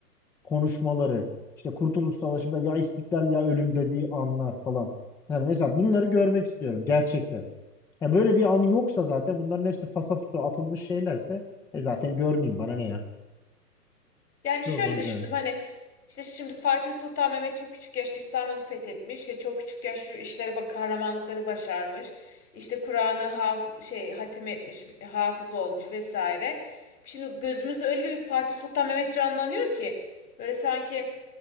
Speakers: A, in the centre; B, on the left (about 70°).
A: konuşmaları, işte Kurtuluş Savaşı'nda ya istiklal ya ölüm dediği anlar falan. Yani mesela bunları görmek istiyorum gerçekse. Ya böyle bir an yoksa zaten bunların hepsi fasafiso atılmış şeylerse e zaten görmeyeyim bana ne ya.
B: Yani
A: Bir şey
B: şöyle
A: olmaz
B: düşündüm
A: yani.
B: hani işte şimdi Fatih Sultan Mehmet çok küçük yaşta İstanbul'u fethetmiş. İşte çok küçük yaşta şu işlere bak kahramanlıkları başarmış. İşte Kur'an'ı haf şey hatim etmiş, hafız olmuş vesaire. Şimdi gözümüzde öyle bir Fatih Sultan Mehmet canlanıyor ki böyle sanki